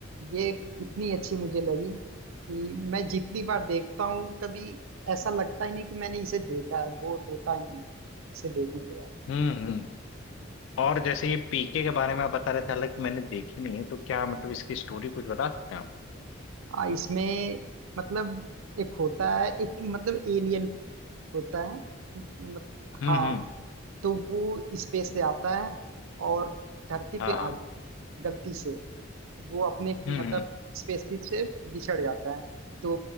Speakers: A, on the right; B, on the left.
A: ये इतनी अच्छी मुझे लगी कि मैं जितनी बार देखता हूँ कभी ऐसा लगता ही नहीं कि मैंने इसे देखा है बोर होता ही नहीं इसे देखने के बाद
B: हम्म हम्म और जैसे ये पीके के बारे में आप बता रहे थे हालांकि मैंने देखी नहीं है तो क्या मतलब इसकी स्टोरी कुछ बता सकते हैं आप
A: आ, इसमें मतलब एक होता है एक मतलब एलियन होता है मतलब
B: हम्म
A: हाँ
B: हम्म
A: तो वो स्पेस से आता है और धरती
B: हाँ
A: पे
B: हाँ
A: आ गलती से वो अपने
B: हम्म
A: मतलब
B: हम्म
A: स्पेसशिप से बिछड़ जाता है तो